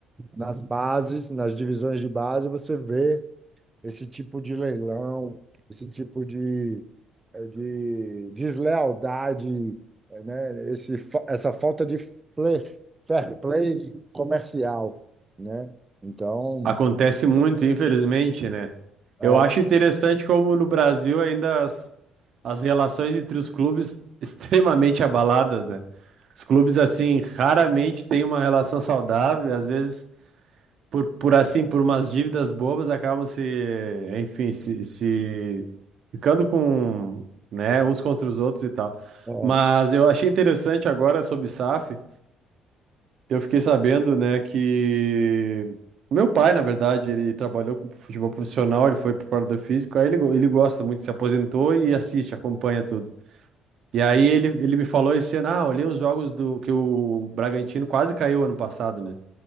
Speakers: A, on the right (about 15°); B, on the right (about 55°).
A: Nas bases, nas divisões de base, você vê esse tipo de leilão, esse tipo de, eh, de deslealdade, eh, né? Esse, fa- essa falta de fle- fair play comercial, né? Então,
B: Acontece muito, infelizmente, né?
A: ah,
B: Eu acho interessante como no Brasil ainda as, as relações entre os clubes <laughs> extremamente abaladas, né? Os clubes, assim, raramente têm uma relação saudável, às vezes. por, por assim, por umas dívidas bobas, acabam se, enfim, se, se ficando com, né, uns contra os outros e tal.
A: ah,
B: Mas eu achei interessante agora sobre SAF, eu fiquei sabendo, né, que o meu pai, na verdade, ele trabalhou com futebol profissional, ele foi para o físico, aí ele, go- ele gosta muito, se aposentou e assiste, acompanha tudo. E aí ele, ele me falou esse ano, ah, olhei os jogos do que o Bragantino quase caiu ano passado, né?